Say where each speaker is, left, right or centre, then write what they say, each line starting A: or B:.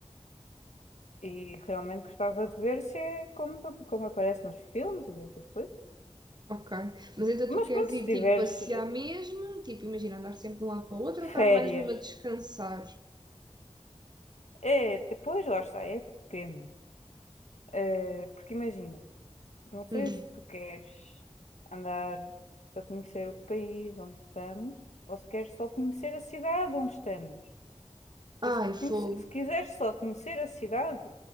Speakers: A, on the left (about 75°); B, on the right (about 35°).
A: E realmente gostava de ver se é como, como aparece nos filmes e essas coisas.
B: Ok. Mas então
A: Mas
B: tu queres
A: pronto,
B: ir
A: se tiveres
B: tipo passear
A: eh,
B: mesmo? Tipo, imagina andar sempre de um lado para o outro ou estar
A: férias,
B: mais numa descansar?
A: é, depois lá está, é depende. Eh, porque imagina, não sei
B: Hum.
A: se tu queres andar a conhecer o país onde estamos, ou se queres só conhecer a cidade onde estamos.
B: Ai,
A: Porque se,
B: fogo.
A: conhece- se quiseres só conhecer a cidade,